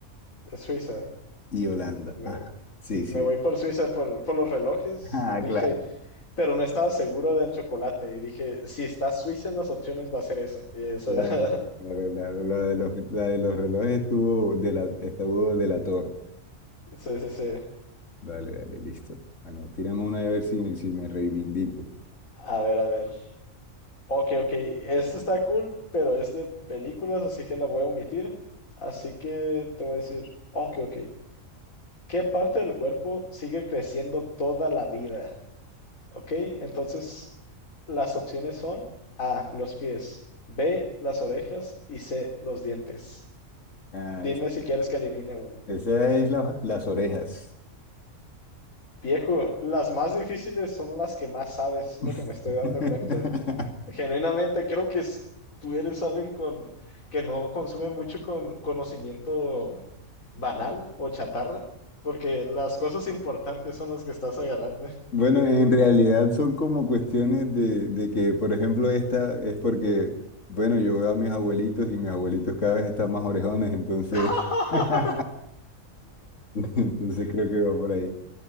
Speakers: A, on the left; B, on the left.
A: es Suiza.
B: y Holanda.
A: Me
B: Ajá,
A: voy,
B: sí, sí.
A: me voy por Suiza por, por los relojes,
B: <laughs> Ah,
A: dije,
B: claro.
A: pero no estaba seguro del chocolate y dije, si está Suiza en las opciones va a ser eso. Y eso
B: La,
A: <laughs>
B: claro, claro, la de los, la de los relojes estuvo de la, estuvo de la torre.
A: Sí, sí, sí.
B: Dale, dale, listo. Bueno, tírame una a ver si me, si me reivindico.
A: A ver, a ver. Ok, ok. Esto está cool, pero es de películas, así que la voy a omitir. Así que te voy a decir, ok, ok. ¿Qué parte del cuerpo sigue creciendo toda la vida? Ok, entonces las opciones son A, los pies, B, las orejas y C, los dientes.
B: Ah,
A: Dime
B: es-
A: si quieres que elimine uno.
B: esa es la- las orejas.
A: Viejo, las más difíciles son las que más sabes, es lo
B: <laughs>
A: que me estoy dando cuenta. genuinamente creo que es- tú eres alguien con, que no consume mucho con, conocimiento banal o chatarra, porque las cosas importantes son las que estás agarrando.
B: Bueno, en realidad son como cuestiones de, de que, por ejemplo, esta es porque, bueno, yo veo a mis abuelitos y mis abuelitos cada vez están más orejones, entonces,
A: <laughs>
B: <laughs> entonces creo que va por ahí.